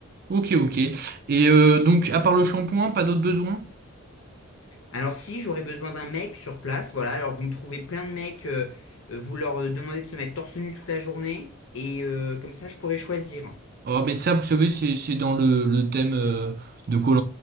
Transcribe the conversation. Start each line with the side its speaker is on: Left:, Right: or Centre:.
Right: Ok, ok. Et euh, donc, à part le shampoing, pas d'autres besoins?
Left: Alors si j'aurais besoin d'un mec sur place, voilà, alors vous me trouvez plein de mecs, euh, euh, vous leur euh, demandez de se mettre torse nu toute la journée, et euh, comme ça je pourrais choisir.
Right: Oh, mais ça, vous savez, c'est c'est dans le, le thème euh, de koh